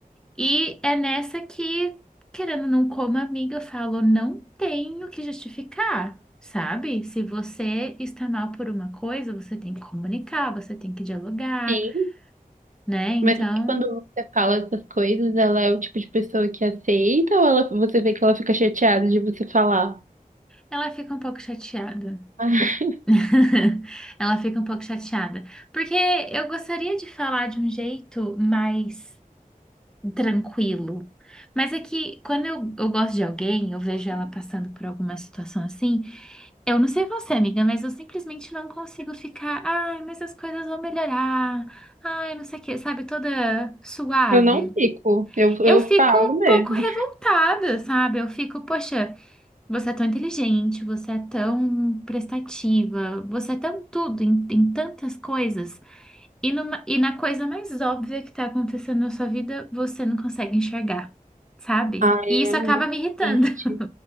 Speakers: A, in the centre; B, on the right.
A: E é nessa que, querendo ou não, como amiga, eu falo: Não tenho que justificar. Sabe? Se você está mal por uma coisa, você tem que comunicar, você tem que dialogar,
B: sim.
A: né? Então.
B: Mas quando você fala essas coisas, ela é o tipo de pessoa que aceita ou ela, você vê que ela fica chateada de você falar?
A: Ela fica um pouco chateada.
B: Ah,
A: De- <laughs> Ela fica um pouco chateada. Porque eu gostaria de falar de um jeito mais tranquilo. Mas é que quando eu, eu gosto de alguém, eu vejo ela passando por alguma situação assim. Eu não sei você, amiga, mas eu simplesmente não consigo ficar. Ai, mas as coisas vão melhorar. Ai, não sei o quê, sabe? Toda suave.
B: Eu não fico, eu, eu
A: Eu fico
B: falo
A: um
B: mesmo.
A: pouco revoltada, sabe? Eu fico, poxa. Você é tão inteligente, você é tão prestativa, você é tão tudo, em, em tantas coisas. E, numa- e na coisa mais óbvia que tá acontecendo na sua vida, você não consegue enxergar, sabe?
B: Ai,
A: E
B: é
A: isso acaba
B: muito
A: me irritando.
B: triste.
A: <laughs>